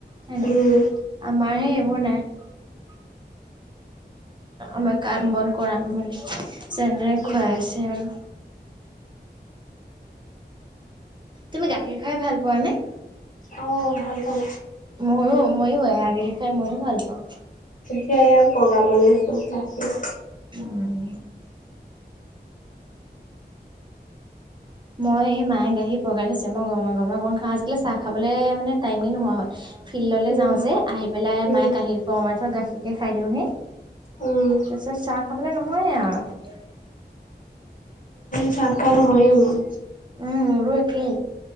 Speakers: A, on the right; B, on the left.
A: হয়
B: উম।
A: নাই আমাৰহে এইবোৰ নাই । আমাৰ কাম বন কৰা মানুহ যেন তেনে খুৱাই
B: উম
A: আছে আৰু তুমি গাখীৰ খাই ভাল পোৱাানে?
B: অ ভাল পাওঁ
A: মউ ময়ো এয়া গাখীৰ খাই ময়ো ভাল পাওঁ
B: এতিয়া এৱা প্ৰগ্ৰাম লৈছো বাকী
A: উম মই এই মায়ে গাখীৰ পগাই থৈছে মই গৰমে গৰমে অকণ খাওঁ আজিকালি চাহ খাবলৈ মানে টাইমেই নোহোৱা হল ফিল্ডলৈ
B: উম
A: যাওঁ যে আহি পেলাই
B: উম
A: মায়ে গাখীৰ গৰমাই থয় গাখীৰকে খাই দিওঁহি
B: উম
A: তাৰপিছত চাহ খাবলে নহয়ে আৰু
B: চাহ খোৱা নহয়ে মই
A: উম মোৰো একেই